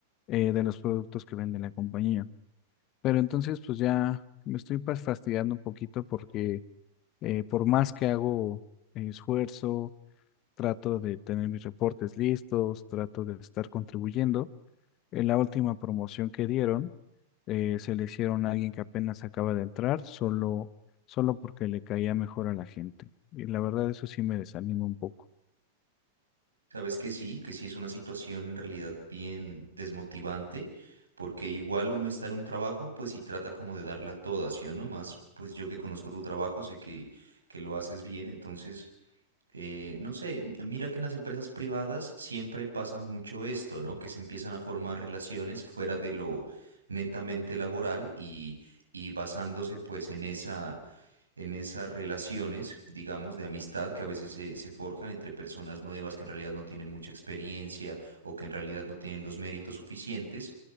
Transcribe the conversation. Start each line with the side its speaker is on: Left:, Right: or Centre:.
Left: eh, de los productos que vende la compañía. Pero entonces, pues ya me estoy pues, fastidiando un poquito porque eh, por más que hago eh, esfuerzo, trato de tener mis reportes listos, trato de estar contribuyendo. En la última promoción que dieron, eh, se le hicieron a alguien que apenas acaba de entrar, solo, solo porque le caía mejor a la gente. Y la verdad, eso sí me desanima un poco.
Right: Sabes que sí, que sí es una situación en realidad bien desmotivante, porque igual uno está en un trabajo, pues y trata como de darla toda, ¿sí o no? Más, pues yo que conozco tu trabajo, sé que, que lo haces bien, entonces eh, no sé, m- mira que en las empresas privadas siempre pasa mucho esto, ¿no? Que se empiezan a formar relaciones fuera de lo netamente laboral y, y basándose pues en esa, en esas relaciones, digamos, de amistad que a veces se, se forjan entre personas nuevas que en realidad no tienen mucha experiencia o que en realidad no tienen los méritos suficientes